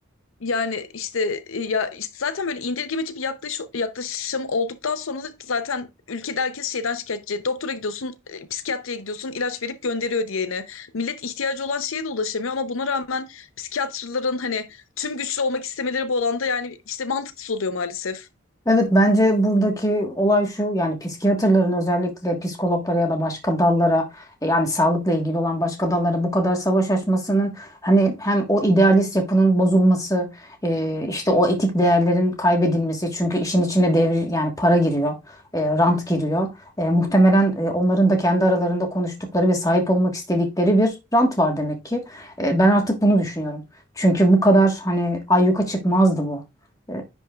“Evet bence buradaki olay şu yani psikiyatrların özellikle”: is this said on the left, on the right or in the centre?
Left